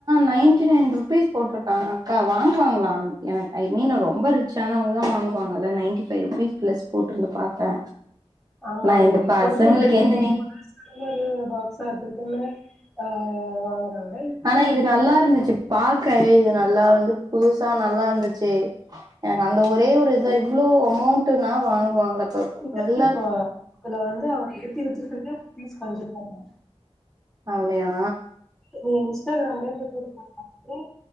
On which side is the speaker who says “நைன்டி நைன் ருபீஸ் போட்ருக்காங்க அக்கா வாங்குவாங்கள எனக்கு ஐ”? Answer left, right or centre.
Right